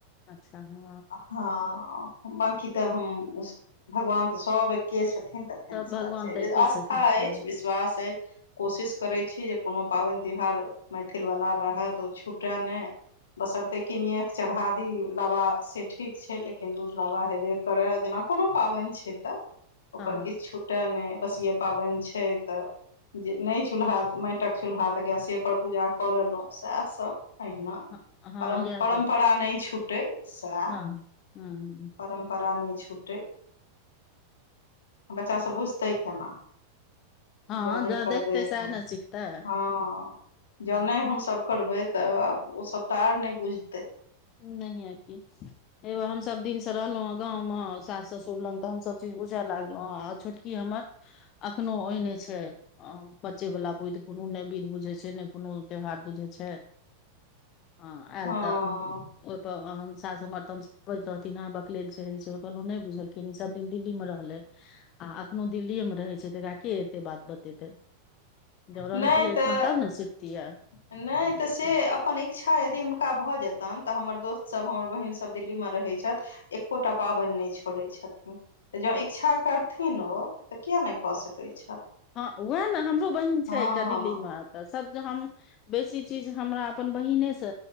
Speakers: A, on the left; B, on the left.
A: अच्छा हँ
B: हँ बकी तऽ हम भगवान तऽ सब एके छथिन तऽ
A: सब भगवान एके
B: आस्था
A: छथिन
B: अछि
A: हँ
B: विश्वास अछि कोशिश करैत छी जे कोनो पाबनि तिहार मैथिल वाला रह त ओ छुटए नहि बसरते किनिये के चढ़ा दी लाबा से ठीक छै लेकिन दूध लाबा हेवे के कर जेना कोनो पाबैन छै तऽ ओकर
A: हँ
B: किछु नहि बसिये पाबैन छै तऽ जे नहि चूल्हा माटिक चूल्हा तऽ गैसे पर पूजा कऽ लेलहुँं सएह सब अहिना
A: हँ हँ,
B: परम
A: इएह
B: परम्परा
A: तऽ
B: नहि छुटै सएह
A: हँ हँ
B: परम परा नहि छूटै ब्चा से बुस्तै केना
A: हँ
B: जनै
A: ज
B: करबै
A: देखतै सएह
B: ह
A: ने सिखतै
B: हँ जनै
A: हँ,
B: हमसभ करबै तऽ ओ सभ त आच नहि बुझतै
A: नय हे की एगो हम सब दिन तो रहलहुँ गाँंव मे सास ससुर लग तऽ हम सभ चीज बुझए लागलहु आ छोटकी हमर एखनोहु ओहि नहि छै आ बच्चेवला विध कोनो नहि बिध बुझै छै नहि कोनो त्योहार बुझै छै ह एल
B: हँ
A: तऽ ओहिप साास हमर तमसबैत रहथिन आहा बकलेल चे छै कहल नहि बुझल सब दिन दिल्ली मे रहलै आ एखनो दिल्लीए मे रहै छै तऽकरा के एते बात बतेतै जब
B: नहि
A: रहतियै एहिठाम
B: तऽ
A: तब ने सिखतियै
B: नहि तऽ से अपन इच्छा यदि हुनका भऽ जेतनि तऽ हमर दोस्त सब हमर बहिन सब दिल्ली मे रहै छथि एकोटा पाबैन नहि छोड़ै छथिन तऽ जँ इच्छा करथिन ओ तऽ किए नहि कऽ सकैत छथि
A: हँ वएह ने हमरो बहिन
B: हँ
A: छै एकटा दिल्ली मे तऽ सब हम बेसी चीज हमरा अपन बहिने से